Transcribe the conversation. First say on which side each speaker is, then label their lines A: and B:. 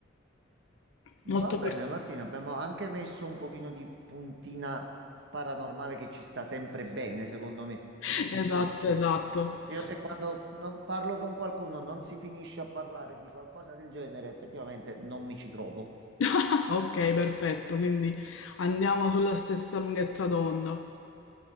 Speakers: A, on the right; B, on the left.
A: Va
B: Molto
A: bene,
B: per-
A: Martina, abbiamo anche messo un pochino di puntina paranormale che ci sta sempre bene, secondo me,
B: <laughs>
A: in un discorso.
B: Esatto, esatto.
A: Io se
B: <laughs>
A: quando non parlo con qualcuno non si finisce a parlare di qualcosa del genere, effettivamente non mi ci trovo.
B: Ah, Ok, perfetto, quindi andiamo sulla stessa lunghezza d'onda.